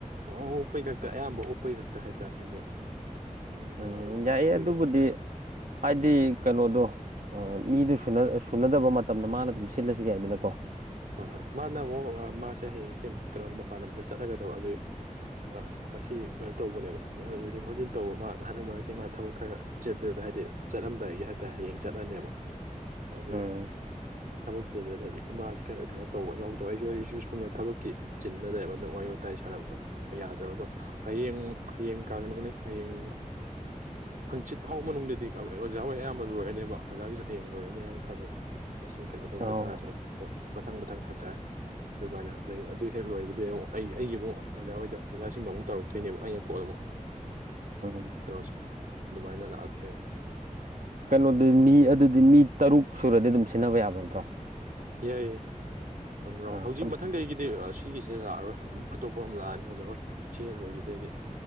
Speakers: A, on the right; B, on the right.
A: ꯑꯣ ꯑꯣꯛꯄꯩ ꯈꯛꯇ ꯑꯌꯥꯝꯕ ꯑꯣꯛꯄꯩ ꯈꯛꯇ ꯍꯥꯏꯇꯥꯔꯦ ꯃꯤꯒ ꯑꯗꯨꯃꯥꯏꯅ
B: ꯎꯝ
A: ꯑꯣꯏꯕ
B: ꯌꯥꯏꯌꯦ
A: ꯑꯗꯨꯒꯤ
B: ꯑꯗꯨꯕꯨꯗꯤ ꯍꯥꯏꯗꯤ ꯀꯩꯅꯣꯗꯣ ꯃꯤꯗꯨ ꯁꯨꯅꯗꯕ ꯃꯇꯝꯗ ꯃꯥꯅ ꯑꯗꯨꯝ ꯁꯤꯜꯂꯁꯨ ꯌꯥꯏꯗꯅꯀꯣ
A: ꯍꯣꯏ ꯍꯣꯏ ꯃꯥꯅ ꯑꯃꯨꯛ ꯃꯥꯁꯦ ꯍꯌꯦꯡꯁꯦ ꯀꯩꯅꯣ ꯃꯄꯥꯟ ꯂꯝꯗ ꯆꯠꯂꯒꯗꯕ ꯑꯗꯨꯒꯤ ꯉ ꯀꯩꯅꯣ ꯇꯧꯕꯅꯦꯕ ꯑꯗꯨꯅ ꯂꯨꯁꯤꯟ ꯈꯣꯠꯆꯤꯟ ꯇꯧꯕ ꯃꯥ ꯍꯟꯗꯛ ꯃꯔꯛꯁꯤ ꯃꯥ ꯊꯕꯛ ꯈꯔ ꯆꯦꯟꯊꯗ ꯍꯥꯏꯇꯥꯦ ꯆꯠꯂꯝꯝꯗꯥꯏꯒꯤ ꯍꯥꯏꯇꯥꯔꯦ ꯍꯌꯦꯡ ꯆꯠꯅꯅꯦꯕ ꯑꯗꯨꯒ
B: ꯎꯝ
A: ꯊꯕꯛꯁꯤꯗ ꯏꯃꯥ ꯀꯩꯅꯣ ꯇꯧꯕ ꯌꯥꯎꯗꯕ ꯑꯩꯁꯨ ꯑꯩꯁꯨ ꯁꯣꯝꯗ ꯊꯕꯛꯀꯤ ꯆꯤꯟꯅꯗꯕ ꯑꯗꯨꯅ ꯑꯣꯏꯕ ꯇꯥꯏ ꯁꯥꯟꯅꯕꯗꯣ ꯌꯥꯗ꯭ꯔꯕ ꯑꯗꯣ ꯍꯌꯦꯡ ꯍꯌꯦꯡ ꯀꯥꯒꯕꯅꯦ ꯍꯌꯦꯡ ꯍꯪꯆꯤꯠ ꯐꯥꯎ ꯃꯅꯨꯡꯗꯗꯤ ꯑꯣꯖꯥ ꯍꯣꯏ ꯑꯌꯥꯝꯕ ꯂꯣꯏꯔꯅꯦꯕ ꯑꯣꯖꯥꯒꯤꯁꯨ ꯍꯌꯦꯡ ꯂꯣꯏꯔꯅꯤ ꯍꯥꯏꯅ ꯈꯜꯂꯦ ꯉꯁꯤ ꯀꯩꯅꯣ ꯇꯧꯗ
B: ꯑꯥꯎ
A: ꯇꯥꯔꯁꯨ ꯑꯗꯣ ꯃꯊꯪ ꯃꯊꯪ ꯍꯥꯏꯇꯥꯔꯦ ꯑꯗꯨꯃꯥꯏꯅ ꯑꯗꯨꯗꯩ ꯑꯗꯨ ꯍꯦꯛ ꯂꯣꯏꯕꯗꯤꯩ ꯑꯃꯨꯛ ꯑꯩꯒꯤ ꯑꯃꯨꯛ ꯑꯣꯖꯥ ꯍꯣꯏꯗ ꯑꯣꯖꯥꯁꯤꯡꯗ ꯑꯃꯨꯛ ꯇꯧꯔꯛꯇꯣꯏꯅꯦꯕ ꯑꯩꯅ ꯀꯣ ꯑꯃꯨꯛ
B: ꯎꯝ
A: ꯀꯩꯅꯣꯁꯦ ꯑꯗꯨꯃꯥꯏꯅ ꯂꯥꯛꯇꯦ
B: ꯀꯩꯅꯣꯗꯨ ꯃꯤ ꯑꯗꯨꯗꯤ ꯃꯤ ꯇꯔꯨꯛ ꯁꯨꯔꯗꯤ ꯑꯗꯨꯝ ꯁꯤꯖꯤꯟꯅꯕ ꯌꯥꯕ ꯅꯠꯇ꯭ꯔꯣ
A: ꯌꯥꯏꯌꯦꯔꯥꯎ
B: ꯑ
A: ꯍꯧꯖꯤꯛ
B: ꯁꯨꯝ
A: ꯃꯊꯪꯒꯤꯗꯤ ꯑꯁ ꯁꯤꯒꯤꯁꯦ ꯂꯥꯛꯑꯔꯣꯏ ꯑꯇꯣꯞꯄ ꯑꯃ ꯂꯥꯛꯑꯅꯤ ꯑꯣꯖꯥ ꯍꯣꯏ ꯁꯤ ꯂꯣꯏꯈꯤꯗꯩꯗꯤ